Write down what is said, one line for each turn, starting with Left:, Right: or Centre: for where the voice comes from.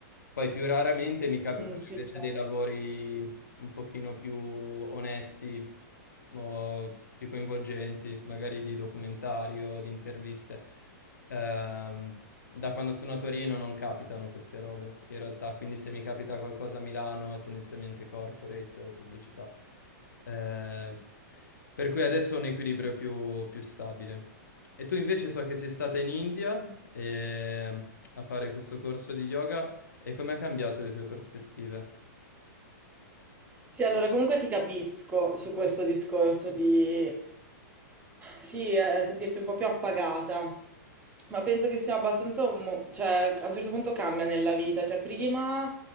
Left: Poi più raramente mi capitano
Right: Mm, sì,
Left: invece
Right: certo.
Left: dei lavori un pochino più onesti o più coinvolgenti, magari di documentari o di interviste. Ehm, da quando sono a Torino non capitano queste robe, in realtà, quindi se mi capita qualcosa a Milano è tendenzialmente corporate o pubblicità. Eh, per cui adesso ho un equilibrio più, più stabile. E tu invece so che sei stata in India e- a fare questo corso di yoga e come ha cambiato le tue prospettive?
Right: Sì, allora comunque ti capisco su questo discorso di sì, eh, sentirti un po' più appagata, ma penso che sia abbastanza un mo- cioè a un certo punto cambia nella vita, cioè prima